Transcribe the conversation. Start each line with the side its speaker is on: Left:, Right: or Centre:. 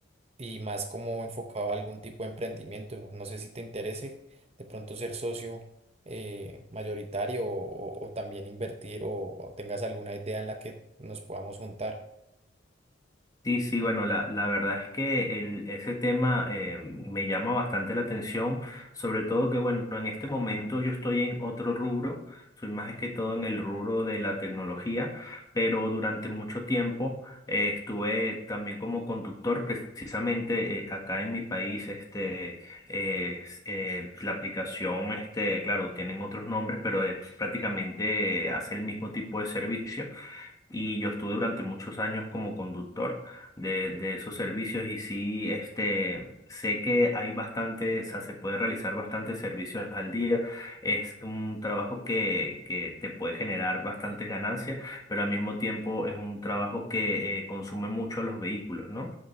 Right: y más como enfocado a algún tipo de emprendimiento. No sé si te interese de pronto ser socio eh, mayoritario o, o- o también invertir o, o tengas alguna idea en la que nos podamos juntar.
Left: Sí, sí, bueno, la, la verdad es que el, ese tema eh, me llama bastante la atención, sobre todo que, bueno, en este momento yo estoy en otro rubro, soy más que todo en el rubro de la tecnología, pero durante mucho tiempo eh, estuve también como conductor, precisamente eh, acá en mi país, este, eh, s- eh, la aplicación, este, claro, tienen otros nombres, pero es, prácticamente eh, hace el mismo tipo de servicio y yo estuve durante muchos años como conductor de, de esos servicios y sí, este, sé que hay bastante, o sea, se puede realizar bastantes servicios al día. Es un trabajo que, que te puede generar bastantes ganancias, pero al mismo tiempo es un trabajo que eh, consume mucho a los vehículos, ¿no?